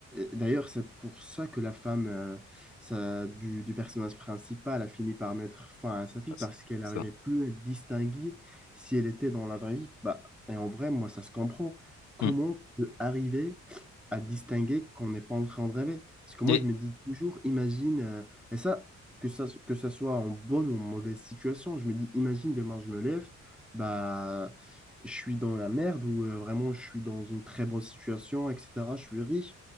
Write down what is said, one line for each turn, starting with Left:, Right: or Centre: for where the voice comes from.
Centre: d'ailleurs, c'est pour ça que la femme euh, ça, du, du personnage principal a fini par mettre fin à sa vie,
Left: C'est
Centre: parce qu'elle n'arrivait
Left: ça.
Centre: plus à distinguer si elle était dans la vraie vie. Bah, et en vrai, moi, ça se comprend. Comment
Left: Mm.
Centre: on peut arriver à distinguer qu'on n'est pas en train de rêver? Parce que moi,
Left: Et,
Centre: je me dis toujours, imagine, euh, et ça, que ça, que ça soit en bonne ou en mauvaise situation. Je me dis, imagine demain, je me lève, bah, je suis dans la merde ou euh, vraiment je suis dans une très bonne situation, etc. Je suis riche.